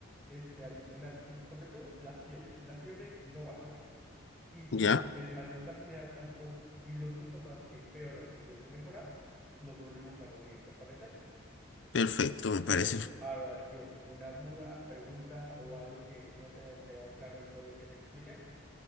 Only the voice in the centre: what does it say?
este adicional, sí, sobre todo la fiebre, si la fiebre no baja y si
el malestar general tampoco y los síntomas empeoran en vez de mejorar, nos volvemos a reunir, ¿te parece?
Muy
bien, ahora bien, una duda, pregunta o algo que no te haya quedado claro de todo lo que te expliqué.